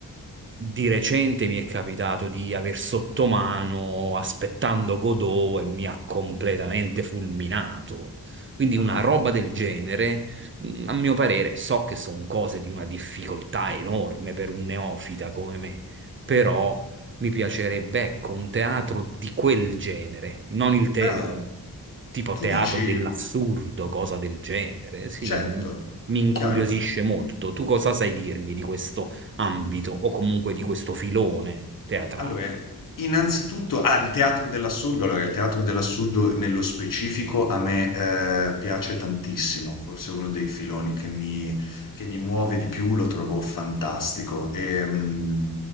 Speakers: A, on the right; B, on the left.
A: di recente mi è capitato di aver sotto mano aspettando Godot e mi ha completamente fulminato. Quindi
B: Ah,
A: una
B: ah.
A: roba del genere, mm, a mio parere, so che sono cose di una difficoltà enorme per un neofita come me, però mi piacerebbe, ecco, un teatro di quel genere, non il te-
B: Però
A: tipo
B: tu
A: teatro
B: dici,
A: dell'assurdo, cosa del genere. Sì,
B: certo,
A: m- mi incuriosisce
B: chiaro.
A: molto. Tu cosa sai dirmi di questo? ambito
B: mm,
A: o comunque di questo filone teatrale.
B: Allora, innanzitutto, ah, il teatro dell'assurdo, allora, il teatro dell'assurdo nello specifico a me eh, piace tantissimo, forse uno dei filoni che mi, che mi muove di più, lo trovo fantastico. E, mm,